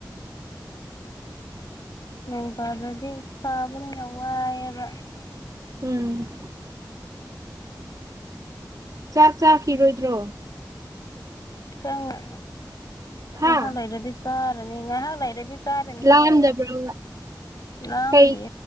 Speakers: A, on the left; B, on the right.
A: ꯅꯣꯡ ꯇꯥꯗ꯭ꯔꯗꯤ ꯁꯥꯕꯅꯤꯅ ꯋꯥꯏꯑꯦꯕ꯫
B: ꯎꯝ ꯆꯥꯛ ꯆꯥꯈꯤꯔꯣꯏꯗ꯭ꯔꯣ?
A: ꯈꯪ ꯉ
B: ꯍꯥ
A: ꯉꯥꯍꯥꯛ ꯂꯩꯔꯗꯤ ꯆꯥꯔꯅꯤ ꯉꯥꯏꯍꯥꯛ ꯂꯩꯔꯗꯤ ꯆꯔꯅꯤꯌꯦ
B: ꯂꯥꯝꯗꯕ꯭ꯔꯣ
A: ꯂꯥꯝꯗꯦ
B: ꯀꯩ